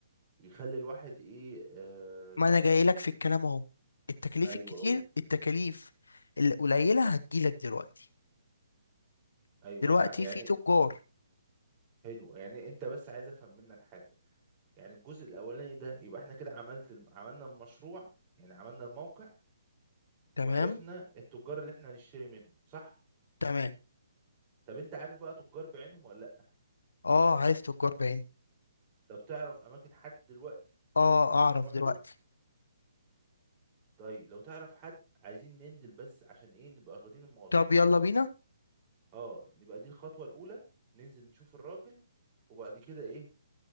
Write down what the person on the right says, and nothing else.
يخلي الواحد ايه آه
ايوه
اهو
ايوه
انا يعني
حلو يعني انت بس عايز افهم منك حاجه يعني الجزء الاولاني ده يبقى احنا كده عملت عملنا المشروع يعني عملنا الموقع
وعرفنا التجار اللي احنا هنشتري منهم صح
طب انت عارف بقى تجار بعينهم ولا لا
طب تعرف اماكن حد دلوقتي
ممكن
نروح
له طيب لو تعرف حد عايزين ننزل بس عشان ايه نبقى واخدين الموضوع
خطوة
خطوة
اه نبقى دي الخطوة الأولى ننزل نشوف الراجل وبعد كده ايه